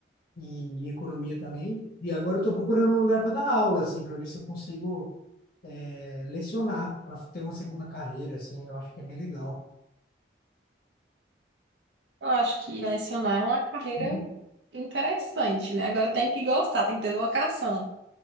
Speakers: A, on the left; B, on the right.
A: em, em economia também, e agora eu estou procurando um lugar para dar aula, assim, para ver se eu consigo eh, lecionar, para ter uma segunda carreira, assim, eu acho que é bem legal.
B: Eu acho que ensinar é uma carreira
A: <laughs>
B: interessante, né? Agora tem que gostar, tem que ter vocação.